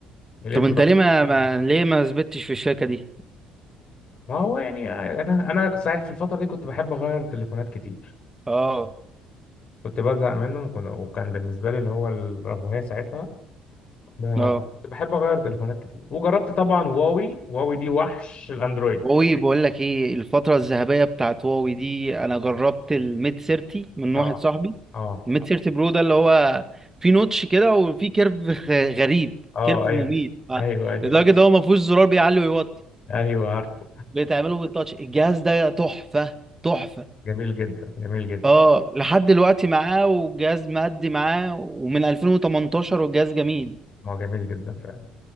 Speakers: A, on the left (about 50°); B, on the right (about 15°).
A: ال 8
B: طب انت
A: بلس
B: ليه ما, ما... ليه ما ثبتش في الشركه دي
A: ما هو يعني انا انا صحيح في الفتره دي كنت بحب اغير تليفونات كتير
B: اه
A: كنت بزهق منهم وكن- وكان بالنسبه لي اللي هو الرفاهيه ساعتها ب-
B: اه
A: كنت بحب اغير تليفونات كتير وجربت طبعا هواوي هواوي دي وحش الاندرويد
B: هواوي بقول لك ايه الفتره الذهبيه بتاعت هواوي دي انا جربت الميت 30 من
A: اه
B: واحد صاحبي
A: اه
B: الميت 30 برو ده اللي هو في نوتش كده وفي كيرف غ- غريب
A: اه
B: كيرف مميت
A: ايوه
B: آه،
A: ايوه ايوه
B: لدرجه ان هو ما فيهوش زرار بيعلي ويوطي
A: <laughs> ايوه عارف
B: بتعمله بالتاتش الجهاز ده تحفة تحفة
A: جميل جدا جميل جدا
B: اه لحد دلوقتي معاه والجهاز مادي معاه ومن 2018 والجهاز جميل
A: ما هو جميل جدا فعلا